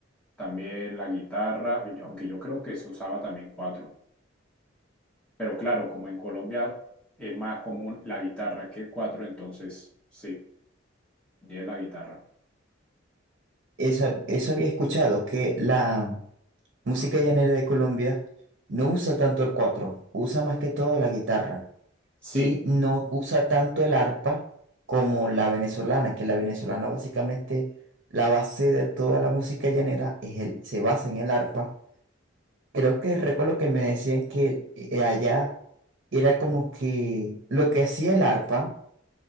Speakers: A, in the centre; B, on the right.
A: También la guitarra, y yo- aunque yo creo que se usaba también cuatro. Pero claro, como en Colombia es más común la guitarra que el cuatro, entonces sí, y es la guitarra.
B: Eso, eso había escuchado, que la música llanera de Colombia no usa tanto el cuatro, usa más que todo la guitarra.
A: Sí,
B: Y no usa tanto el arpa como la venezolana, que la venezolana básicamente, la base de toda la música llanera es el, se basa en el arpa Creo que recuerdo que me decían que eh, allá era como que lo que hacía el arpa,